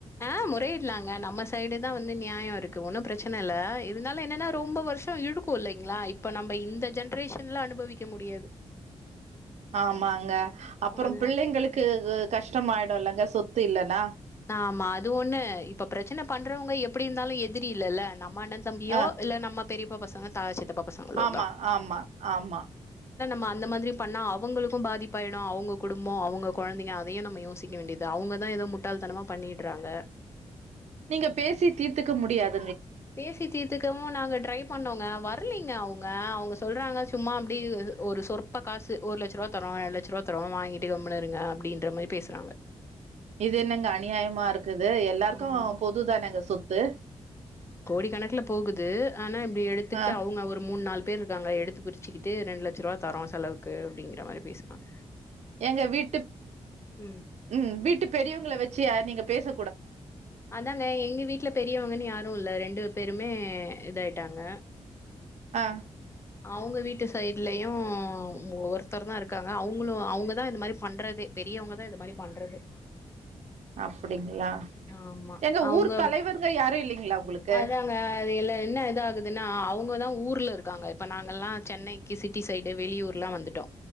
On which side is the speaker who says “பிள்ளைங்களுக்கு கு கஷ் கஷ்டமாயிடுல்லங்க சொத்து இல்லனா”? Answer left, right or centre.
Right